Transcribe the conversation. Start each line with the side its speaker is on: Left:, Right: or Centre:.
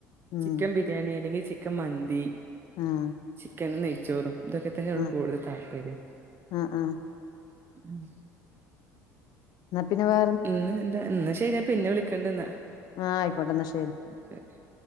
Left: ഉം
Right: ചിക്കം ബിര് ര്യാണി അല്ലെങ്കി ചിക്കം മന്തി
Left: ആഹ്
Right: ചിക്കനും നെയ്ച്ചോറും ഇതൊക്കെ തന്നെള്ളു
Left: ആഹ്
Right: കൂട്തെൽ താല്പര്യം
Left: ആഹ് ആഹ്
Right: ഉം
Left: ന്നാ പിന്നെ വേറെ
Right: ഇന്ന് എന്താ ഇന്നാ ശരി ഞാൻ പിന്നെ വിളിക്കെണ്ട്ന്നാ
Left: ആഹ് അയ്ക്കോട്ടെന്നാ ശരി
Right: ക്കെ ഓക്കെ